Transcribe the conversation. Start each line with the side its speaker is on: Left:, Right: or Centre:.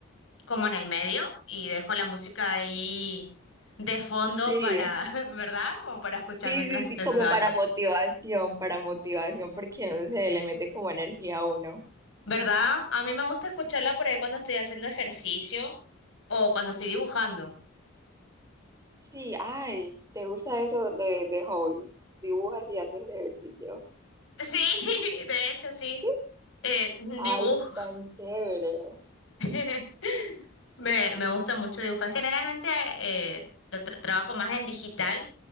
Left: como en el medio y dejo la música ahí de fondo
Right: Sí.
Left: para, <laughs> ¿verdad? Como para escuchar
Right: Sí,
Left: mientras
Right: sí,
Left: estoy
Right: sí, como
Left: haciendo algo.
Right: para motivación, para motivación, porque no sé, le mete como energía a uno.
Left: ¿Verdad? A mí me gusta escucharla por ahí cuando estoy haciendo ejercicio o cuando estoy dibujando.
Right: Sí, ay, ¿te gusta eso de, de hobby? Dibujas y haces ejercicio.
Left: Sí, <laughs> de hecho sí.
Right: <laughs>
Left: Eh,
Right: Ay,
Left: dibujo.
Right: tan chévere.
Left: <laughs> Me, me gusta mucho dibujar. Generalmente eh, lo tra- trabajo más en digital,